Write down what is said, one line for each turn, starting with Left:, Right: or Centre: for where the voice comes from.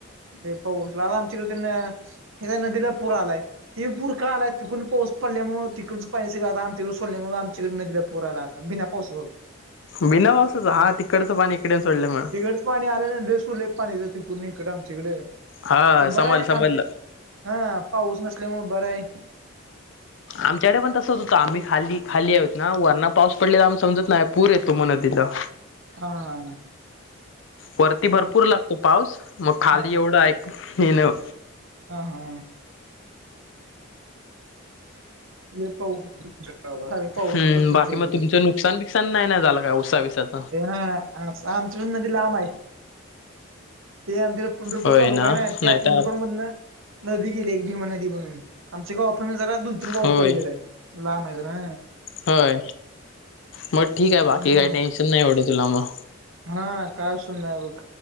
Right: लई पाऊस लागला आमच्या हिकड तिनं -- हिकडं नदीला पूर आलाय ते पूर का आलाय? तिकडून पाऊस पडल्यामुळ तिकड पाणि सगळं आता आमच्याकड सोडल्यामुळे आमच्याकड नदीला पुर आला आता बिना पावसाच.
Left: बिना पावसाच. हा तिकडचं पाणी इकडे सोडल्यामुळं.
Right: तिकडच पाणी आरे नदीला सोडलय पाणी तिकडुन हिकड आमच्याकड
Left: हा
Right: ते
Left: समजलं
Right: बरायं
Left: समजलं
Right: आमच्या हा पाऊस नसल्यामुळ बराय.
Left: आमच्याकडे पण तसंच होतं आम्ही खाली खाली आहोत ना वरणा पाऊस पडलेला आम्हा समजत नाही पूर येतो म नदीला.
Right: हा ह.
Left: वरती भरपूर लागतो पाऊस मग खाली
Right: हा
Left: एवढा हे नाही हो
Right: ह हा. लई पाऊस तुमच्याकडं <unintelligible> पाऊस
Left: हम्म
Right: पडतो
Left: बाकी
Right: तुमच्या इकडे.
Left: मग तुमचं नुकसान बीकसान नाही ना झालं काय ऊस बिसात?
Right: <unintelligible> हं. आमची नदी लांब हाय. ते अ पंढरपूर
Left: होय
Right: तालुका
Left: ना
Right: हेनय त्या
Left: नाहीतर
Right: पंढरपूर मधनं नदी गेली एक भीमा नदी म्हणून आमचे गाव आपण जरा दोन तीन गाव
Left: होय
Right: पलीकडे आहे. लांब आहे जरा.
Left: होय मग ठीक आहे बाकी
Right: हम्म
Left: काही टेन्शन नाही एवढं तुला मग.
Right: हा कास ना बघ.